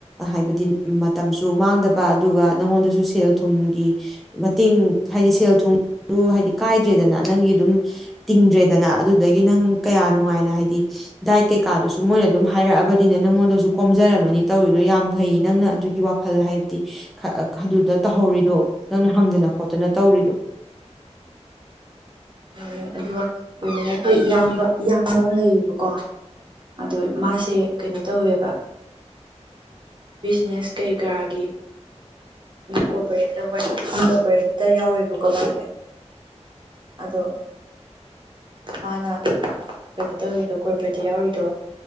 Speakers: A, in the centre; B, on the right.
A: ꯍꯥꯏꯕꯗꯤ ꯃꯇꯝꯁꯨ ꯃꯥꯡꯗꯕ ꯑꯗꯨꯒ ꯅꯪꯉꯣꯟꯗꯁꯨ ꯁꯦꯜ ꯊꯨꯝꯒꯤ ꯃꯇꯦꯡ ꯍꯥꯏꯗꯤ ꯁꯦꯜ ꯊꯨꯝꯗꯨ ꯍꯥꯏꯗꯤ ꯀꯥꯏꯗ꯭ꯔꯦꯗꯅ ꯅꯪꯒꯤ ꯑꯗꯨꯝ ꯇꯤꯡꯗ꯭ꯔꯦꯗꯅ ꯑꯗꯨꯗꯒꯤ ꯅꯪ ꯀꯌꯥ ꯅꯨꯡꯉꯥꯏꯅ ꯍꯥꯏꯗꯤ ꯗꯥꯏꯠ ꯀꯩꯀꯥꯗꯨꯁꯨ ꯃꯣꯏꯅ ꯑꯗꯨꯝ ꯍꯥꯏꯔꯛꯑꯕꯅꯤꯅ ꯅꯪꯉꯣꯟꯗꯁꯨ ꯀꯣꯝꯖꯔꯝꯃꯅꯤ ꯇꯧꯔꯤꯗꯣ ꯌꯥꯝ ꯐꯩ ꯅꯪꯅ ꯑꯗꯨꯒꯤ ꯋꯥꯈꯜ ꯍꯥꯏꯕꯗꯤ ꯑꯗꯨꯗ ꯇꯍꯧꯔꯤꯗꯨꯣ ꯍꯪꯗꯅ ꯈꯣꯠꯇꯅ ꯇꯧꯔꯤꯗꯣ
B: ꯦ ꯑꯗꯨꯒ ꯀ ꯑꯩꯈꯣꯏ ꯏꯌꯥꯝꯕ ꯏꯌꯥꯝꯕ ꯑꯃ ꯂꯩꯌꯦꯕꯀꯣ ꯑꯗꯣ ꯃꯥꯁꯦ ꯀꯩꯅꯣ ꯇꯧꯋꯦꯕ ꯕꯤꯖꯤꯅꯦꯁ ꯀꯩ ꯀꯔꯥꯒꯤ ꯀꯣꯑꯣꯄꯔꯦꯠ ꯇ ꯀꯣꯑꯣꯄꯔꯦꯠꯇ ꯌꯥꯎꯋꯦꯕꯀꯣ ꯃꯥꯁꯦ ꯑꯗꯣ ꯃꯥꯅ ꯀꯩꯅꯣ ꯇꯧꯔꯤꯗꯣ ꯀꯣꯔꯄꯔꯦꯠꯇ ꯌꯥꯎꯔꯤꯗꯣ